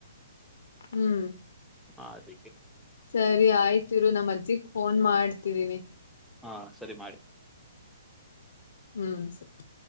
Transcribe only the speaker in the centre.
ಹ ಅದ
ಹಾ ಸರಿ ಮಾಡಿ